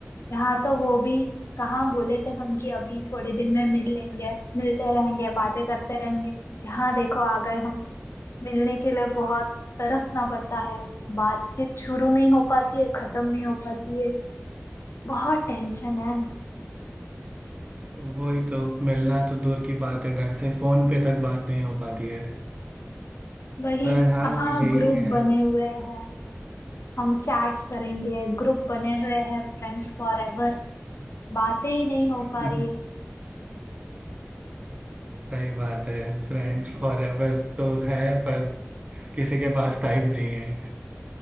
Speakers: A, on the left; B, on the right.
A: यहाँ तो वो भी कहाँ बोले थे हम कि अभी थोड़े दिन में मिल लेंगे मिलते रहेंगे बातें करते रहेंगे यहाँ देखो आ गए हम मिलने के लिए बहुत तरसना पड़ता है बातचीत शुरू नहीं हो पाती है खत्म नहीं हो पाती है बहुत टेंशन है
B: वही तो मिलना तो दूर की बात है ढंग से फोन पे तक बात नहीं हो पाती है
A: वही
B: पर हाँ
A: कहाँ
B: यही
A: ग्रुप
B: है
A: बने हुए हैं हम चैट्स करेंगे ग्रुप बने हुए हैं फ्रेंड्स फॉर एवर बातें ही नहीं हो पा
B: <laughs>
A: रही है
B: सही बात है फ्रेंड्स फॉर एवर तो है पर किसी के पास टाइम नहीं है